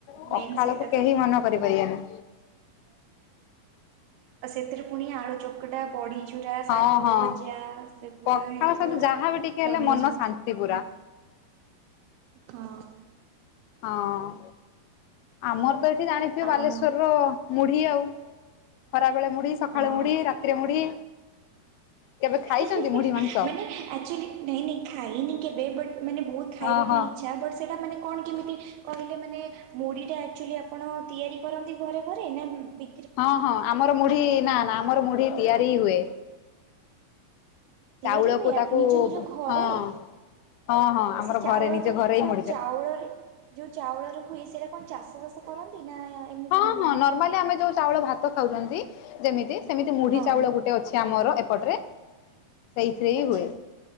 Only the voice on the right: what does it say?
ମେନ୍ ସେଇଟା
ତ।
ଆଉ ସେଥିରେ ପୁଣି ଆଳୁ ଚୋକଟା ବଢି ଚୁ ରା ଶାଗ
ଭଜା ସେଗୁଡ଼ା
ହେଲେ
ତ
ଜମି
ଯିବ।
ହଁ।
ଆଉ
ହଁ।
ହେଁ-ହେଁ-ହେଁ।
ମାନେ ଆକ୍ଚୁଆଲି ନାଇଁ ନାଇଁ ଖାଇନି କେବେ, ବଟ୍ ମାନେ ବହୁତ ଖାଇବା
ପାଇଁ ଇଚ୍ଛା। ବଟ୍ ସେ ଇଟା ମାନେ କଣ କେମିତି କହିଲେ ମାନେ ମୁଢ଼ିଟା ଆକ୍ଚୁଆଲି ଆପଣ ତିଆରି କରନ୍ତି ଘରେ ଘରେ ନା, ବି
ତିଆରି
ହୁଏ, ଆପ
ନିଜ ନିଜ ଘରେ?
ଆ ସେ
ଚାଉଳଟା,
ଯୋଉ
ଚାଉଳରେ ଯୋଉ ଚାଉଳରେ ହୁଏ, ସେଇଟା କଣ ଚାଷବାସ କରନ୍ତି? ନା ଏମିତି
ମାନେ
ହଁ
ଆଚ୍ଛା